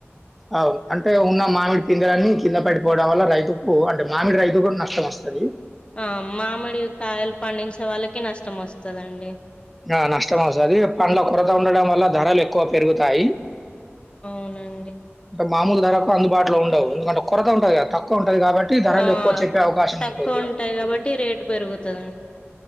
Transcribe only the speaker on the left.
ఆ మామిడి కాయలు పండించే వాళ్ళకే నష్టం వస్తదండి.
అవునండి
ఆ
తక్కువ
ఉంటాయి కాబట్టి రేటు పెరుగుతదండి